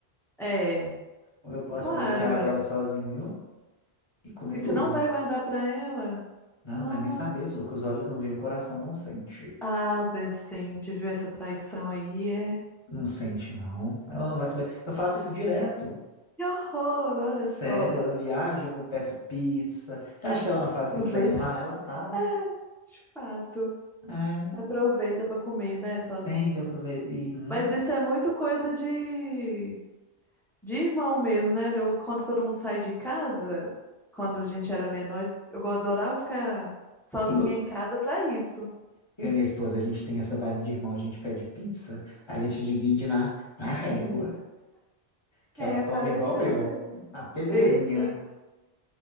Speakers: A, in the centre; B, on the left (about 25°).
A: É,
B: ou eu posso
A: claro,
B: fazer aqui agora
A: ué.
B: sozinho e comer
A: E
B: tudo.
A: você não vai guardar pra ela?
B: Ela
A: Nossa.
B: não vai nem saber, só que os olhos não veem, o coração não sente.
A: Ah, às vezes sente, viu essa traição aí, é.
B: Não sente, não. Ela não vai saber. Eu faço isso direto.
A: Que horror, olha
B: Sério,
A: só.
B: ela viaja, eu vou peço pizza. Você acha que ela não faz
A: Aproveita.
B: isso também lá? Ela faz.
A: É, de fato.
B: É,
A: Aproveita pra comer, né, sozinho.
B: tem que aproveitar. Uhum.
A: Mas isso é muito coisa de de irmão mesmo, né? De- quando todo mundo sai de casa, quando a gente era menor, eu adorava ficar sozinha
B: Eu,
A: em casa pra isso.
B: Eu e minha esposa, a gente tem essa vibe de irmão, a gente pede pizza, a gente divide na, na régua, que
A: É,
B: ela
A: apareceu
B: come igual eu,
A: mesmo.
B: a pedreirinha,
A: Eita.